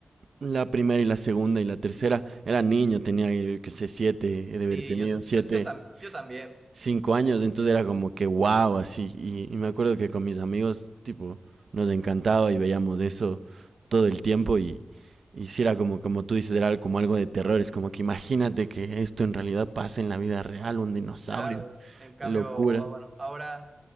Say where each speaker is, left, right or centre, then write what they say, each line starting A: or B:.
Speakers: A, on the right; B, on the right.
A: la primera y la segunda y la tercera, era niño, tenía, yo qué sé, siete, he de
B: Sí,
A: haber tenido
B: yo,
A: siete.
B: yo, yo, tam- yo también,
A: cinco años, entonces era como que wow, así. Y, y me acuerdo que con mis amigos, tipo, nos encantaba y veíamos eso todo el tiempo y, y si era como, como tú dices, era como algo de terror, es como que imagínate que esto en realidad pasa en la vida real, un dinosaurio,
B: claro. En cambio,
A: locura.
B: ah, bueno, ahora,